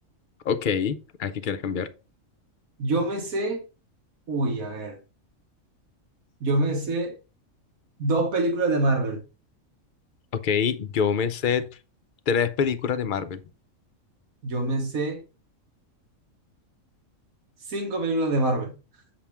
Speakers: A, on the left (about 55°); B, on the right (about 80°).
A: Ok, ¿a qué quieres cambiar?
B: Yo me sé. Uy, a ver. Yo me sé dos películas de Marvel.
A: Ok, yo me sé tres películas de Marvel.
B: Yo me sé cinco películas de Marvel. <laughs>